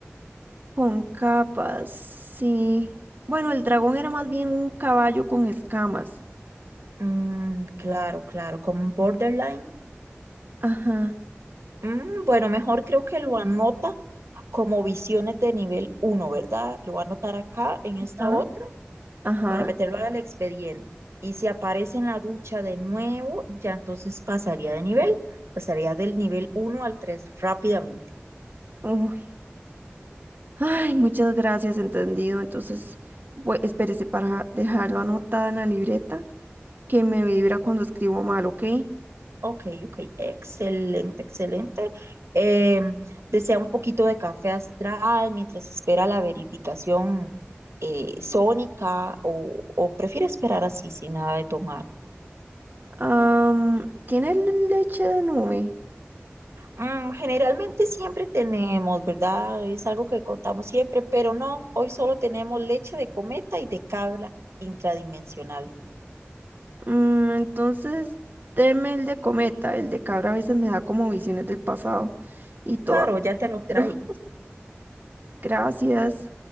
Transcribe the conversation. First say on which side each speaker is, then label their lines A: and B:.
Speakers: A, on the right (about 45°); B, on the right (about 80°).
A: Con capas, sí. Bueno, el dragón era más bien un caballo con escamas.
B: Mm, claro, claro, como un borderline.
A: Ajá.
B: Mm, bueno, mejor creo que lo anota como visiones de nivel uno, ¿verdad? Lo va a anotar acá en esta
A: ¿Ah?
B: otra
A: Ajá.
B: para meterlo al expediente. Y si aparece en la ducha de nuevo, ya entonces pasaría de nivel, pasaría del nivel uno al 3 rápidamente.
A: Uy. Ay, muchas gracias, entendido. Entonces, bu- espérese para dejarlo anotada en la libreta que me vibra cuando escribo mal, ¿ok?
B: Ok, ok, excelente, excelente. Eh, desea un poquito de café astral mientras espera la verificación eh, sónica o, o prefiere esperar así sin nada de tomar.
A: Am, tiene leche de nube.
B: Mm, generalmente siempre tenemos, ¿verdad? Es algo que contamos siempre, pero no, hoy solo tenemos leche de cometa y de cabra intradimensional.
A: Mm, entonces, deme el de cometa. El de cabra a veces me da como visiones del pasado. Y todo.
B: Claro, ya te lo
A: Pero
B: traigo.
A: <laughs> gracias.